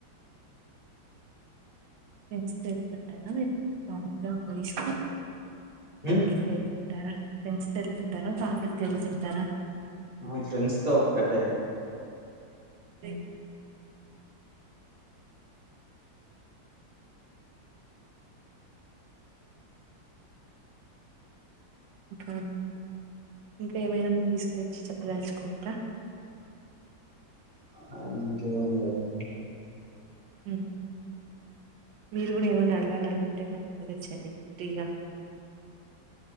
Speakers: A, on the right; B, on the right.
A: ఫ్రెండ్స్ తో వెళ్తుంటారా మీరు మామలుగా మయిస్
B: ఉమ్
A: అభితేల్తర ఫ్రెండ్స్ తో వెళ్తుంటారా ఫ్యామిలీ తో వెళ్తుంటారా
B: ఆ ఫ్రెండ్స్ తో ఒక్కటే
A: ఏంటి ఆ ఇంకా ఏమైనా ముంద్ తీసు గురించి చెప్ దలుచుకుంటా
B: <unintelligible>
A: ఉమ్ మీరు కూడా ఏమన్నా అడగాల అనుకుంటే నను అడగచ్చండి ఫ్రీగా